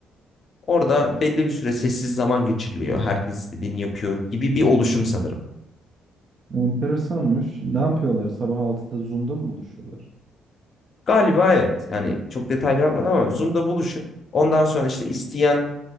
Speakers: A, on the left; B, on the right.
A: Orada belli bir süre sessiz zaman geçiriliyor. Herkes istediğini yapıyor gibi bir oluşum sanırım.
B: Enteresanmış. Ne yapıyorlar? Sabah altıda Zoom'da mı buluşuyorlar?
A: Galiba evet. Yani çok detaylı bakmadım ama Zoom'da buluşup ondan sonra işte isteyen